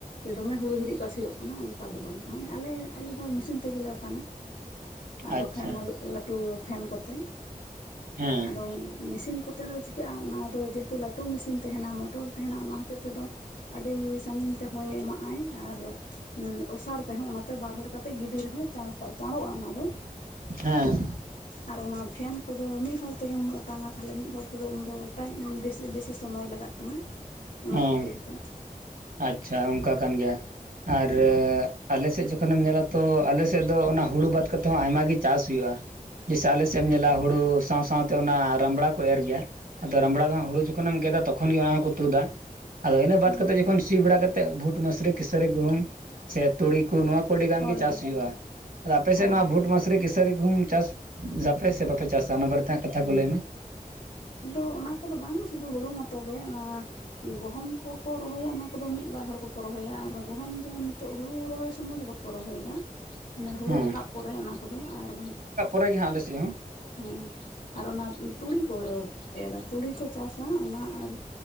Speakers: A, on the left; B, on the right.
A: ᱫᱚᱢᱮ ᱦᱩᱲᱩ ᱦᱤᱨᱤᱡ ᱯᱟᱹᱥᱤᱨᱚᱜ ᱠᱟᱱᱟ ᱚᱱᱠᱟ ᱫᱚ ᱵᱟᱝ ᱱᱚᱜᱼᱚᱭ ᱟᱞᱮ ᱟᱞᱮ ᱫᱚ ᱢᱤᱥᱤᱱ ᱛᱮᱜᱮᱞᱮ ᱚᱴᱟᱝᱟ᱾ ᱟᱨ
B: ᱟᱪᱪᱷᱟ
A: ᱵᱟᱠᱷᱟᱱ <unintelligible> ᱞᱟᱹᱴᱩ ᱯᱷᱮᱱ ᱠᱚᱛᱮ᱾
B: ᱦᱮᱸ
A: ᱟᱫᱚ ᱢᱤᱥᱤᱱ ᱠᱚᱛᱮ ᱫᱚ ᱪᱤᱠᱟᱹᱜᱼᱟ ᱚᱱᱟᱫᱚ ᱡᱮᱦᱮᱛᱩ ᱞᱟᱹᱴᱩ ᱢᱤᱥᱤᱱ ᱛᱟᱦᱮᱸᱱᱟ ᱢᱚᱴᱚᱨ ᱛᱟᱦᱮᱸᱱᱟ ᱚᱱᱟ ᱦᱚᱛᱮᱫ ᱛᱮᱫᱚ ᱟᱹᱰᱤ ᱥᱟᱺᱜᱤᱧ ᱛᱮ ᱦᱚᱭ ᱮᱢᱟᱜ ᱟᱭ ᱟᱨ ᱚᱥᱟᱨ ᱛᱮᱦᱚᱸ ᱚᱱᱟᱛᱮ ᱵᱟᱨ ᱦᱚᱲ ᱠᱟᱛᱮᱜ ᱜᱤᱰᱤ ᱨᱮᱦᱚᱸ ᱪᱟᱸᱥ ᱪᱟᱬᱚᱜᱼᱟ ᱚᱱᱟ ᱫᱚ᱾
B: ᱦᱮᱸ
A: ᱟᱨ ᱚᱱᱟ ᱯᱷᱮᱱ ᱠᱚᱫᱚ ᱢᱤᱫ ᱦᱚᱲ ᱛᱮᱜᱮᱢ ᱚᱴᱟᱝᱟ ᱛᱟᱦᱞᱮ ᱢᱤᱫ ᱦᱚᱲ ᱛᱮᱫᱚ ᱩᱱᱫᱚ <unintelligible> ᱵᱮᱥᱤ ᱵᱮᱥᱤ ᱥᱚᱢᱚᱭ ᱞᱟᱜᱟᱜ ᱠᱟᱱᱟ᱾ ᱚᱱᱟ
B: ᱦᱮᱸ
A: ᱠᱷᱟᱹᱛᱤᱨ ᱛᱮ
B: ᱟᱪᱪᱷᱟ ᱚᱱᱠᱟ ᱠᱟᱱ ᱜᱮᱭᱟ᱾ ᱟᱨ
A: ᱦᱮᱸ
B: ᱟᱞᱮᱥᱮᱫ ᱡᱚᱠᱷᱚᱱᱮᱢ ᱧᱮᱞᱟ ᱛᱚ ᱟᱞᱮᱥᱮᱫ ᱫᱚ ᱚᱱᱟ ᱦᱩᱲᱩ ᱵᱟᱫᱽ ᱠᱟᱛᱮ ᱦᱚᱸ ᱟᱭᱢᱟ ᱜᱮ ᱪᱟᱥ ᱦᱩᱭᱩᱜᱼᱟ᱾ ᱦᱤᱥ ᱟᱞᱮ ᱥᱮᱫ ᱮᱢ ᱧᱮᱞᱟ ᱦᱩᱲᱩ ᱥᱟᱶ ᱥᱟᱶᱛᱮ ᱚᱱᱟ ᱨᱟᱢᱲᱟ ᱠᱚ ᱮᱨ ᱜᱮᱭᱟ᱾ ᱟᱫᱚ ᱨᱟᱢᱲᱟ ᱫᱚ ᱦᱩᱲᱩ ᱡᱚᱠᱷᱚᱱᱮᱢ ᱜᱮᱫᱟ ᱛᱚᱠᱷᱚᱱ ᱜᱮ ᱚᱱᱟ ᱦᱚᱸᱠᱚ ᱛᱩᱫᱟ᱾ ᱟᱫᱚ ᱤᱱᱟᱹ ᱵᱟᱫ
A: ᱚ
B: ᱠᱟᱛᱮ ᱡᱚᱠᱷᱚᱱ ᱥᱤ ᱵᱟᱲᱟᱛᱮᱫ ᱵᱷᱩᱴ ᱢᱟᱹᱥᱨᱤ ᱠᱮᱥᱟᱹᱨᱤ ᱜᱩᱦᱩᱢ ᱥᱮ ᱛᱩᱲᱤ ᱠᱚ ᱱᱚᱣᱟ ᱠᱩᱰᱤ ᱜᱟᱱ
A: ᱦᱳᱭ
B: ᱜᱮ ᱪᱟᱥ ᱦᱩᱭᱩᱜᱼᱟ, ᱟᱫᱚ ᱟᱯᱮᱥᱮᱫ
A: ᱚ
B: ᱱᱚᱣᱟ ᱵᱷᱩᱴ ᱢᱟᱹᱥᱨᱤ ᱠᱤᱥᱟᱹᱨᱤ ᱠᱚᱦᱩᱢ ᱪᱟᱥ ᱡᱟᱯᱮ ᱥᱮ ᱵᱟᱯᱮ ᱪᱟᱥᱟ ᱚᱱᱟ ᱵᱟᱨᱮᱛᱮ ᱦᱟᱸᱜ ᱠᱟᱛᱷᱟ ᱠᱚ ᱞᱟᱹᱭ ᱢᱮ᱾
A: ᱛᱚ ᱚᱱᱟ ᱠᱚᱫᱚ ᱵᱟᱝ ᱥᱩᱫᱷᱩ ᱦᱩᱲᱩ ᱢᱚᱛᱚ ᱜᱮ ᱚᱱᱟ ᱜᱩᱦᱩᱢ ᱠᱚᱠᱚ ᱨᱚᱦᱚᱭᱟ ᱚᱱᱟ ᱠᱚᱫᱚ ᱢᱤᱫ ᱵᱟᱨ ᱦᱚᱲ ᱠᱚᱠᱚ ᱨᱚᱦᱚᱭᱟ ᱟᱨ ᱜᱩᱦᱩᱢ ᱫᱚ ᱱᱤᱛᱚᱜ ᱦᱩᱲᱩ ᱨᱚᱦᱚᱭ ᱥᱚᱢᱚᱭ ᱫᱚ ᱵᱟ ᱠᱚ ᱨᱚᱦᱚᱭᱮᱫᱟ ᱢᱟᱱᱮ ᱦᱩᱲᱩ
B: ᱦᱮᱸ
A: ᱨᱟᱠᱟᱵ ᱯᱚᱨᱮ ᱚᱱᱟ ᱠᱚᱫᱚ ᱟᱨ
B: ᱚᱰᱮ ᱜᱮ ᱦᱟᱸᱜ ᱟᱞᱮ ᱥᱮᱜ ᱦᱚᱸ
A: ᱦᱮᱸ ᱟᱨ ᱚᱱᱟ ᱛᱩᱲᱤ ᱠᱚ ᱮᱨᱟ ᱛᱩᱲᱤ ᱠᱚ ᱪᱟᱥᱟ ᱚᱱᱟ ᱟᱨ